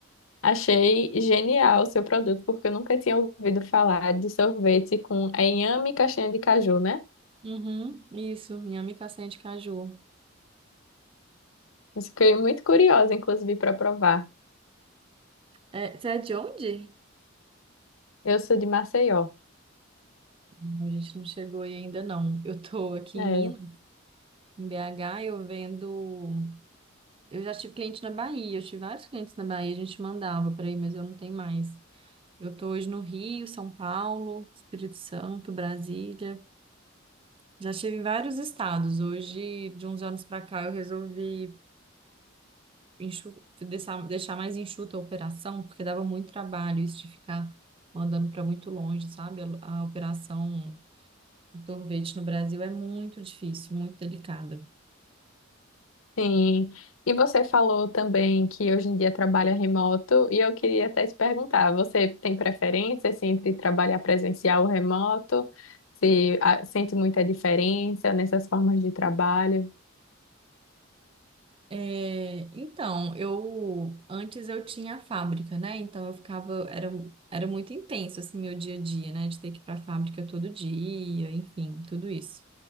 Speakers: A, on the left; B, on the right.
A: Achei genial o seu produto, porque eu nunca tinha ouvido falar de sorvete com inhame e castanha de caju, né?
B: Uhum, isso, inhame castanha de caju.
A: Mas fiquei muito curiosa, inclusive, para provar.
B: É, você é de onde?
A: Eu sou de Maceió.
B: Não, A gente não chegou aí ainda não. Eu tô aqui
A: É,
B: em Minas, em BH, eu vendo. Eu já tive cliente na Bahia, eu tive vários clientes na Bahia, a gente mandava por aí, mas eu não tenho mais. Eu tô hoje no Rio, São Paulo, Espírito Santo, Brasília. Já estive em vários estados. Hoje, de uns anos pra cá, eu resolvi enxu- deixar, deixar mais enxuta a operação, porque dava muito trabalho isso de ficar mandando para muito longe, sabe? A, a operação de sorvete no Brasil é muito difícil, muito delicada.
A: sim. E você falou também que hoje em dia trabalha remoto, e eu queria até te perguntar, você tem preferência, assim, entre trabalhar presencial ou remoto? Se ah, sente muita diferença nessas formas de trabalho?
B: É, então, eu antes eu tinha a fábrica, né? Então eu ficava, era, era muito intenso assim meu dia a dia, né? De ter que ir para a fábrica todo dia, enfim, tudo isso.